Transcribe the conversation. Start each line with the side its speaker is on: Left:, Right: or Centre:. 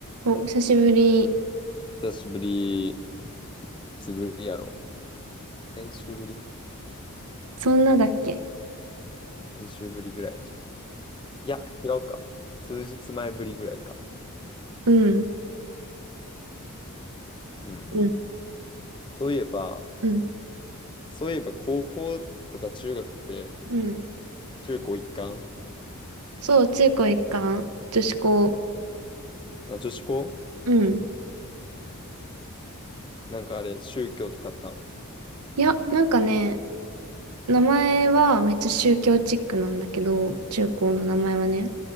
Right: お、久しぶり。
Left: 久しぶり、いつぶりやろ。先週ぶり
Right: そんなだっけ
Left: 先週ぶりぐらいじゃん。いや、違うか。数日前ぶりぐらいか。
Right: うん。
Left: うんうん。
Right: うん、
Left: そういえば、
Right: うん。
Left: そういえば高校とか中学って、
Right: うん。
Left: 中高一貫
Right: そう、中高一貫、女子校。
Left: あ、女子校
Right: うん。
Left: なんかあれ、宗教とかあったん。
Right: いや、なんかね、名前はめっちゃ宗教チックなんだけど、中高の名前はね。